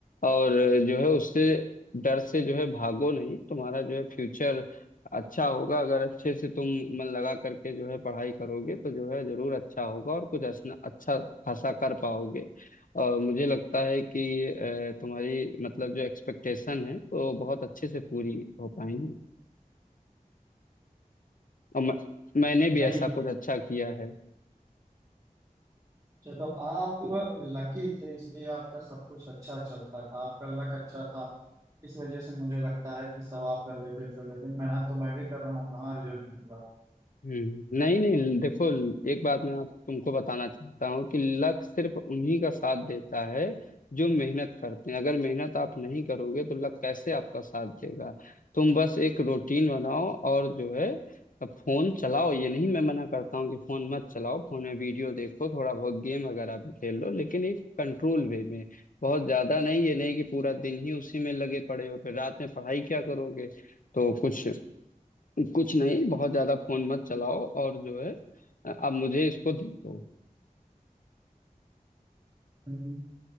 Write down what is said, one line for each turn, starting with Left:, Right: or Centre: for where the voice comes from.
Left: और अ, जो है उससे डर से जो है भागो नहीं तुम्हारा जो है फ्यूचर अच्छा होगा अगर अच्छे से तुम मन लगा करके जो है पढ़ाई करोगे तो जो है जरूर अच्छा होगा और कुछ असना अच्छा खासा कर पाओगे और मुझे लगता है कि अ, तुम्हारी मतलब जो एक्सपेक्टेशन है वो बहुत अच्छे से पूरी हो पाएंगी और मैं, मैंने भी
Right: नहीं
Left: ऐसा कुछ अच्छा किया है
Right: चलो आप लकी थे इसलिए आपका सब कुछ अच्छा चलता था आपका लक अच्छा था इस वजह से मुझे लगता है कि सब आप कर लेते थे लेकिन मेहनत तो मैं भी कर रहा हूँ कहाँ रिजल्ट मिल रहा है
Left: हम्म नहीं नहीं देखो एक बात मैं आप तुमको बताना चाहता हूँ कि लक सिर्फ उन्हीं का साथ देता है जो मेहनत करते हैं अगर मेहनत आप नहीं करोगे तो लक कैसे आपका साथ देगा तुम बस एक रूटीन बनाओ और जो है फोन चलाओ ये नहीं मैं मना करता हूँ कि फोन मत चलाओ फोन में वीडियो देखो थोड़ा बहुत गेम वगैरह भी खेल लो लेकिन एक कंट्रोल वे में बहुत ज्यादा नहीं ये नहीं कि पूरा दिन ही उसी में लगे पड़े हो फिर रात में पढ़ाई क्या करोगे तो कुछ कुछ नहीं बहुत ज्यादा फोन मत चलाओ और जो है अब मुझे इसको दे दो
Right: हम्म,